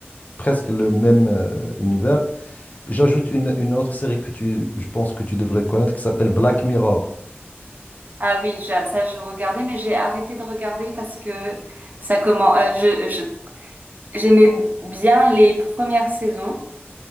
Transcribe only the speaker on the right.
Ah oui, j'a- ça je regardais, mais j'ai arrêté de regarder parce que ça comment, euh, je, je- j'aimais bien les premières saisons.